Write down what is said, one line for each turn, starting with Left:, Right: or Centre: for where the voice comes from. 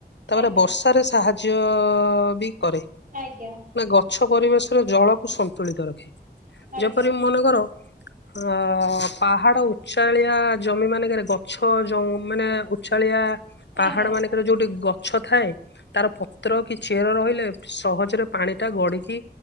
Left: ତାପରେ
Right: ଆଜ୍ଞା
Left: ବର୍ଷା ତାର ସାହାଯ୍ୟ ବି କରେ।
Right: ଆଜ୍ଞା।
Left: ନା ଗଛ ପରିବେଶରେ ଜଳକୁ ସନ୍ତୁଳିତ ରଖେ
Right: ଆଜ୍ଞା
Left: ଯେପରି ମନେକର। ହଁ ପାହାଡ ଉଚାଳିଆ ଜମି ମାନଙ୍କରେ ଗଛ ଜ ମାନେ ଉଚାଳିଆ ପାହାଡ
Right: ଆଜ୍ଞା
Left: ମାନଙ୍କର ଯୋଉଠି ଗଛ ଥାଏ। ତାର ପତ୍ର କି ଚେର ରହିଲେ ସହଜରେ ପାଣିଟା ଗଢିକି